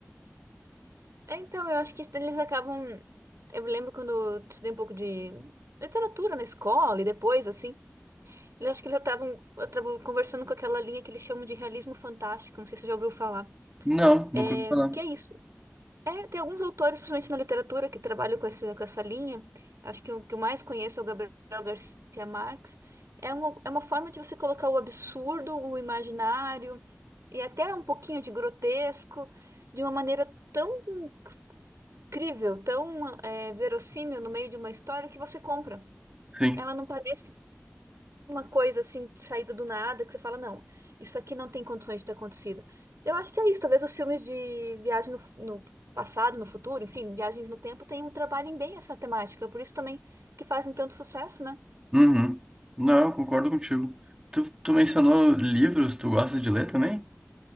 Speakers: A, on the right (about 75°); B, on the right (about 15°).
A: É, Então, eu acho que isso eles acabam. Eu lembro quando eu estudei um pouco de literatura na escola e depois, assim, eu acho que eles acabam, acabam conversando com aquela linha que eles chamam de realismo fantástico. Não sei se você já ouviu falar.
B: Não,
A: É,
B: nunca ouvi falar.
A: que é isso. É, tem alguns autores, principalmente na literatura, que trabalham com essa, com essa linha. Acho que o que eu mais conheço é o Gabriel Garcia Marques. É uma, é uma forma de você colocar o absurdo, o imaginário e até um pouquinho de grotesco de uma maneira tão incrível, tão é, verossímil no meio de uma história que você compra.
B: Sim.
A: Ela não parece uma coisa assim, saída do nada, que você fala, não, isso aqui não tem condições de ter acontecido. Eu acho que é isso, talvez os filmes de viagem no, fu- no passado, no futuro, enfim, viagens no tempo, tenham, trabalhem bem essa temática, por isso também que fazem tanto sucesso, né?
B: Uhum. Não, eu concordo contigo. Tu, tu mencionou livros, tu gosta de ler também?